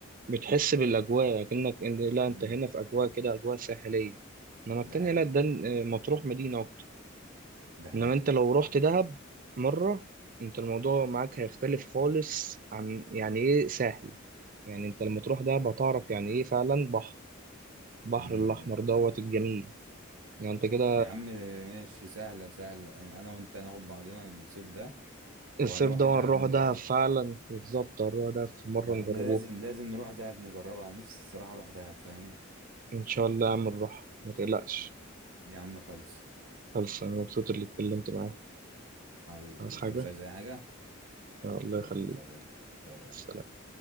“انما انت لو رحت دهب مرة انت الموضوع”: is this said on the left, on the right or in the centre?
Right